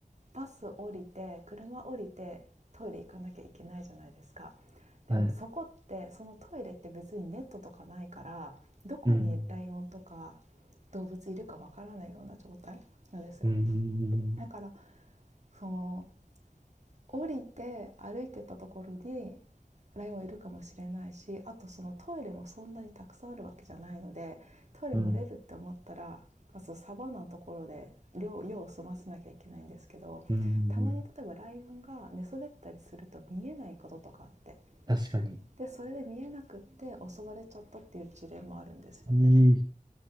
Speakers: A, on the right; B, on the right.
A: バス降りて車降りてトイレ行かなきゃいけないじゃないですか。でもそこってそのトイレって別にネットとかないからどこにライオンとか
B: はい。うん、
A: 動物いるかわからないような状態なんですよ
B: うん、うん、
A: だからその降りて歩いてたところにライオンいるかもしれないしあとそのトイレもそんなにたくさんあるわけじゃないのでトイレ漏れるって思ったらまずサバンナのところで量用を済ませなきゃいけないんですけどたまに例えばライオンが寝そべったりすると見えないこととかあって
B: うん、うん。確かに。
A: でそれで見えなくって襲われちゃったっていう事例もあるんですよね
B: いい、